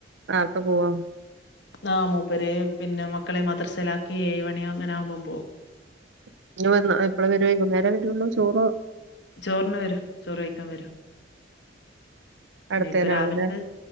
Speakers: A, on the right; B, on the left.
A: നേർത്തെ പോവോ
B: നാമൂപ്പര് പിന്നെ മക്കളെ മദർസലാക്കി ഏഴ് മണി അങ്ങനൊവകുമ്പോം പോവും
A: ഇ? എപ്പഴ വര? വൈകുന്നേരം വരുള്ളോ? ചോറോ?
B: ചോറിന് വരും ചോറുകഴിക്കാൻ വരും
A: അടുത്തേനാവൂലേ
B: ഇനി ഇപ്പോ രാവിലത്തെ